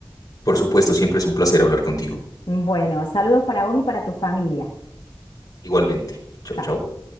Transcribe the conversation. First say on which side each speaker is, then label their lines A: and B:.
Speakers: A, on the left; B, on the left.
A: Por supuesto, siempre es un placer hablar contigo.
B: Bueno, saludos para vos y para tu familia.
A: Igualmente. Chau,
B: Chao.
A: chau.